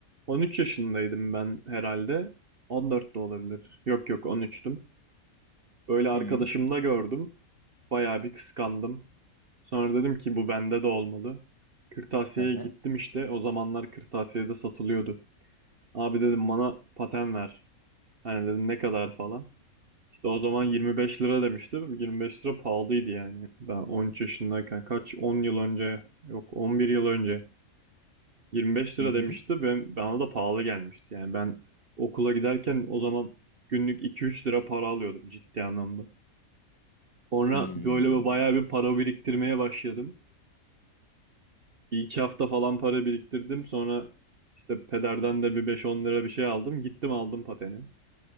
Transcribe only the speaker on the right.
13 yaşındaydım ben herhalde. 14 de olabilir. Yok yok 13'tüm. Böyle arkadaşımda
gördüm. Bayağı bir kıskandım. Sonra dedim ki bu bende de olmalı. Kırtasiye'ye
gittim işte. O zamanlar kırtasiyede satılıyordu. Abi dedim bana paten ver. Hani dedim ne kadar falan. İşte o zaman 25 lira demiştim. 25 lira pahalıydı yani. Ben 13 yaşındayken kaç 10 yıl önce yok 11 yıl önce. 25
lira
demişti. Ben, bana da pahalı gelmişti. Yani ben okula giderken o zaman günlük 2-3 lira para alıyordum ciddi anlamda. Sonra
böyle bir bayağı bir para biriktirmeye başladım. Bir iki hafta falan para biriktirdim. Sonra işte pederden de bir 5-10 lira bir şey aldım. Gittim aldım pateni.